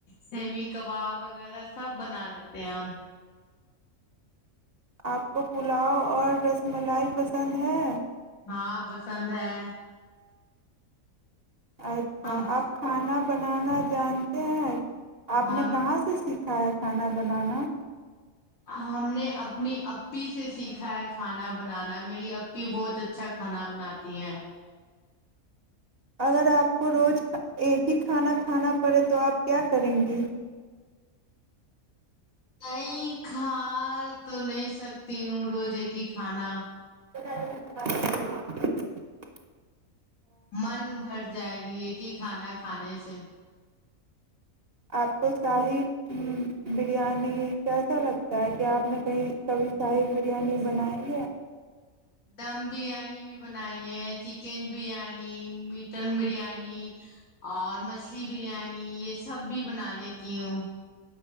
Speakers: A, on the left; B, on the right.
A: سیمی کباب وغیرہ سب بنا لیتے ہیں ہم
B: آپ کو پلاؤ اور رس ملائی پسند ہے
A: ہاں پسند ہے
B: اچھا
A: ہم
B: آپ کھانا بنانا جانتے ہیں آپ
A: ہم
B: نے کہاں سے سیکھا کھیا کھانا بنانا
A: ہم نے اپنی اپی سے سیکھا ہے کھانا بنانا میری اپی بہت اچھا کھانا بناتی ہیں
B: اگر آپ کو روز ایک ہی کھانا کھانا پڑے تو آپ کیا کریں گی
A: نہیں کھا تو نہیں سکتی ہوں روز ایک ہی کھانا
B: جی <unintelligible>
A: من بھر جائے گی یہ کہ کھانا کھانے سے
B: آپ کو شاہی بریانی کیسا لگتا ہے کیا آپ نے کہیں کبھی شاہی بریانی بنائی ہے
A: دم بریانی بھی بنائی ہے چکن بریانی مٹن بریانی اور مچھلی بریانی یہ سب بھی بنا لیتی ہوں